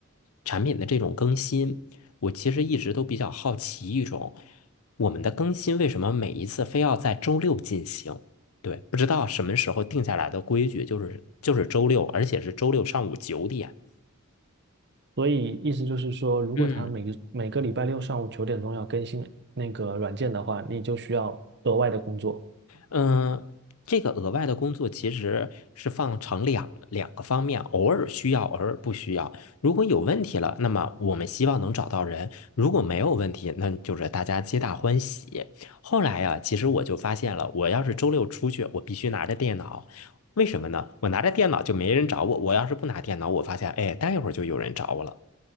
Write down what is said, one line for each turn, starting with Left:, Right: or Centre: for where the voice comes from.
Left: 产品的这种更新，我其实一直都比较好奇一种，我们的更新为什么每一次非要在周六进行？对，不知道什么时候定下来的规矩，就是就是周六，而且是周六上午九点。
Right: 所以意思就是说，如果他每个每个礼拜六上午九点钟要更新那个软件的话，
Left: 嗯
Right: 你就需要额外的工作。
Left: 嗯，呃这个额外的工作其实是放成两两个方面，偶尔需要，偶尔不需要。如果有问题了，那么我们希望能找到人；如果没有问题，那就是大家皆大欢喜。后来呀，其实我就发现了，我要是周六出去，我必须拿着电脑。为什么呢？我拿着电脑就没人找我，我要是不拿电脑，我发现，哎，待一会儿就有人找我了。